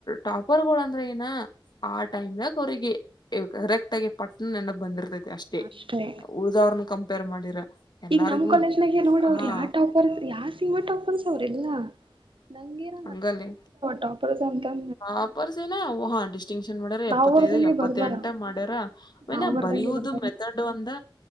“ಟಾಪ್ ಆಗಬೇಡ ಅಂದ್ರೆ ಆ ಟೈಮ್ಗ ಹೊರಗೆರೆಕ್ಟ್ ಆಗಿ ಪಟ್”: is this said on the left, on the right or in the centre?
Left